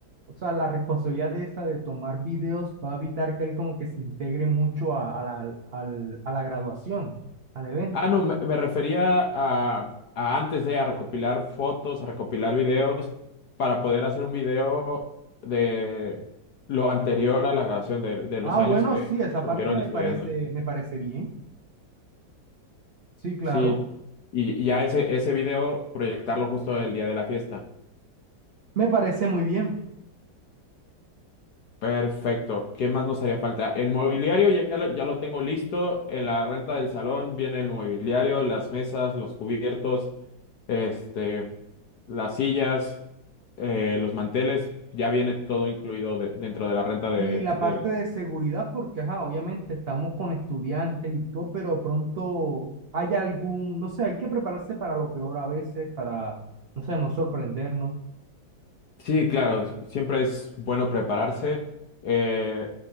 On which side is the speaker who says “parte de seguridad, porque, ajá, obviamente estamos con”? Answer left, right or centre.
Right